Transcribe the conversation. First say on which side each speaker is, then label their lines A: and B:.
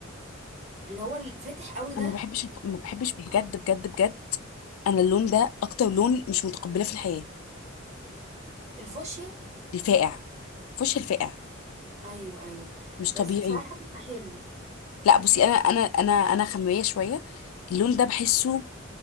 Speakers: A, on the right (about 35°); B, on the left (about 85°).
A: اللي هو الفاتح قوي ده
B: انا ما بحبش الف- ما بحبش بجد بجد بجد انا اللون ده اكتر لون مش متقبلاه في الحياة
A: الفوشيا
B: الفاقع فش الفاقع
A: ايوه ايوه
B: مش
A: بس
B: طبيعي
A: بصراحه بيبقى حلو
B: لا بصي انا انا انا انا خماميه شويه اللون ده بحسه